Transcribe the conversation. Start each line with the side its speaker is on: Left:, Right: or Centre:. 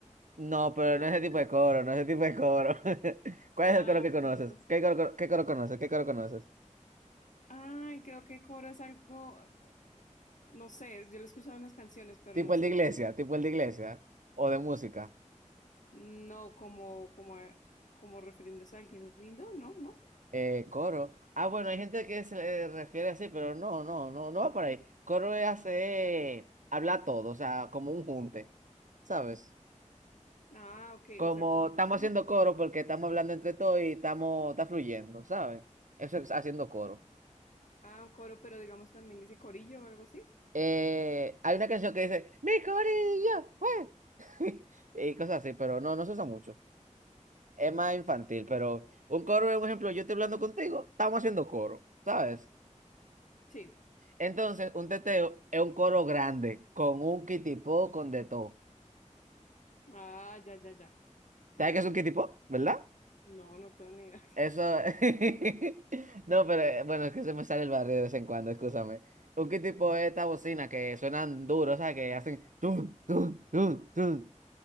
Right: No, pero
Left: de la
Right: no es
Left: canción.
Right: ese tipo de coro, no es ese tipo de coro. <laughs> ¿Cuál
Left: Ah,
Right: es el coro que conoces?
Left: entonces.
Right: ¿Qué coro, qué coro conoces? ¿Qué coro conoces?
Left: Ay, creo que coro es algo. no sé, yo lo he escuchado en las canciones, pero
Right: Tipo
Left: no sé,
Right: el de iglesia, tipo el de iglesia. O de música.
Left: no como, como, a- como refiriéndose a alguien lindo, ¿no? ¿No?
Right: Eh, coro. Ah, bueno, hay gente que se le refiere así, pero no, no, no, no va por ahí. Coro es hacer, habla todo, o sea, como un junte, ¿sabes?
Left: Ah, ok,
Right: Como
Left: o sea, como
Right: estamos
Left: un grupo.
Right: haciendo coro porque estamos hablando entre todos y estamos, está fluyendo, ¿sabes? Eso es haciendo coro.
Left: Ah, un coro, pero digamos también dice corillo o algo así.
Right: Eh, hay una canción que dice, mi corillo, güey", <laughs> y cosas así, pero no, no se usa mucho. es más infantil, pero un coro por ejemplo, yo estoy hablando contigo, estamos haciendo coro, ¿sabes?
Left: Sí.
Right: Entonces, un teteo es un coro grande, con un kitipó, con de todo.
Left: Ah, ya, ya, ya,
Right: ¿Sabes
Left: ya,
Right: qué es
Left: ya.
Right: un kitipó? ¿Verdad?
Left: No, no tengo ni idea <laughs> qué
Right: Eso...
Left: es eso.
Right: <laughs> No, pero eh, bueno, es que se me sale el barrio de vez en cuando, escúchame. Un kitipó es esta bocina que suenan duro, o sea, que hacen... tun, tun, tun, tun,